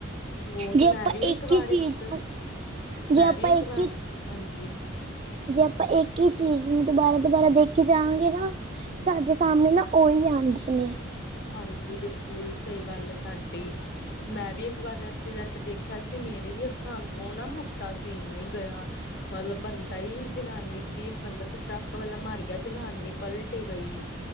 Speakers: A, on the left; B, on the right.
A: ਮੋਤ
B: ਜੇ ਆਪਾਂ
A: ਮੈਂ ਵੀ ਇੱਕ
B: ਹੀ
A: ਵਾਰ
B: ਚੀਜ਼
A: ਇੱਕ,
B: ਜੇ
A: ਮੈਂ
B: ਆਪਾਂ
A: ਵੀ ਇੱਕ ਵਾਰ
B: ਹੀ
A: ਹਾਂਜੀ।
B: ਜੇ ਆਪਾਂ ਇੱਕ ਈ ਚੀਜ਼ ਨੂੰ ਦੁਬਾਰਾ -ਦੁਬਾਰਾ ਦੇਖੀ ਜਾਂਵਾਗੇ ਨਾ। ਸਾਡੇ ਸਾਹਮਣੇ ਨਾ ਉਹੀ ਆਂਦੇ ਨੇ।
A: ਹਾਂਜੀ ਬਿਲਕੁਲ ਸਹੀ ਗੱਲ ਐ ਤਾਡੀ। ਮੈਂ ਵੀ ਇੱਕ ਵਾਰ ਐਕਸੀਡੈਂਟ ਦੇਖਿਆ ਸੀ, ਮੇਰੇ ਵੀ ਅੱਖਾਂ ਅੱਗੋਂ ਨਾ ਹਫ਼ਤਾ ਸੀਨ ਨੀ ਗਿਆ। ਮਤਲਬ ਬੰਦਾ ਈ ਜਨਾਨੀ ਸੀ, ਇੱਕ ਬੰਦਾ ਸੀ ਟਰੱਕ ਵਾਲਾ ਮਾਰ ਗਿਆ, ਜਨਾਨੀ ਪਲਟ ਈ ਗਈ।